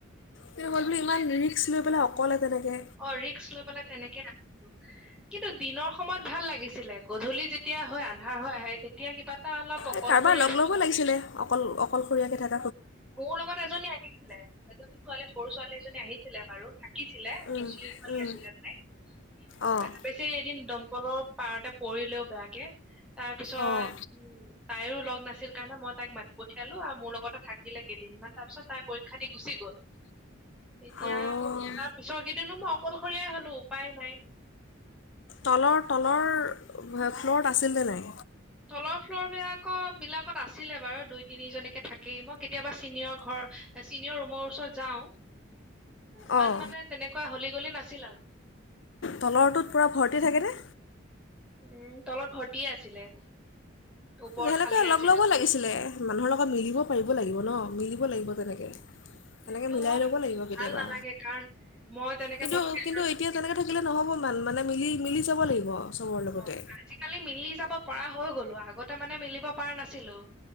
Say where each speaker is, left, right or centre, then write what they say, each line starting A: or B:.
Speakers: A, on the left; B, in the centre.
A: কিন্তু হল বুলি ইমান ৰিক্স লৈ পেলাই অকলে তেনেকে।
B: অ ৰিক্স লৈ পেলাই তেনেকে আৰু। কিন্তু দিনৰ সময়ত ভাল লাগিছিলে গধূলি যেতিয়া হৈ আন্ধাৰ হৈ আহে তেতিয়া কিবা। এটা অলপ অকলশৰীয়া
A: এ কাৰোবাৰ লগ
B: ফিল
A: ল'ব
B: হয়।
A: লাগিছিলে অকল অকলশৰীয়াকে থাকে।
B: মোৰ লগত এজনী আহিছিলে এজনী ছোৱালী সৰু ছোৱালী এজনী আহিছিলে বাৰু থাকিছিলে
A: উম,
B: মুছলিম ছোৱালী
A: উম,
B: আছিলে তাই এ
A: অঁ
B: বেচেৰী এদিন দমকলৰ পাৰতে পৰিলেও। বেয়াকে। তাৰ পিছত
A: অঁ
B: উম তাইো লগ নাছিল কাৰণে মই তাইক মাতি প। পঠিয়ালো আৰু মোৰ লগতে থাক। থাকিলে কেইদিনমান তাৰ পিছত তাই পৰীক্ষা দি গুচি গ'ল। এতিয়া
A: অঁ
B: তাৰ পিছৰ কেইদিনো মই অকলশৰীয়াই হ'লো উপায় নাই।
A: তলৰ তলৰ। ফ্ল'ৰত আছিল নে নাই
B: তলৰ ফ্লৰ বিলাকত বিলাক। আছিলে বাৰু দুই তিনিজনীকে থাকে মই কেতিয়াবা। চিনিয়ৰ ঘৰ চিনিয়ৰ ৰুমৰ। ৰত যাওঁ। ইমান
A: অঁ
B: মানে তেনেকুৱা হ'লি। গলে নাছিলা।
A: তলৰটোত পূৰা ভৰ্তি থাকেনে।
B: উম তলত ভৰ্তিয়ে আছিলে। ওপৰত
A: সেনেকে
B: খালী আছিলে
A: লগ লব
B: পুৰা
A: লাগিছিলে মানুহৰ লগত মিলিব পাৰিব লাগিব ন মিলি। লাগিব তেনেকে। সেনেকে
B: সেইটো
A: মিলাই
B: হয়
A: ল'ব লাগিব কেতিয়াবা
B: ভাল নালাগে কাৰণ মই তেনেকে
A: কিন্তু
B: পটকে
A: কিন্তু এতিয়া তেনেকে থাকিলে নহ'ব মানে। মিলি, মিলি যাব লাগিব। চবৰ লগতে
B: অ আজিকালি মিলি যাব পৰা হৈ গ'লো, আগত মানে মিলিব পাৰা নাছিলো।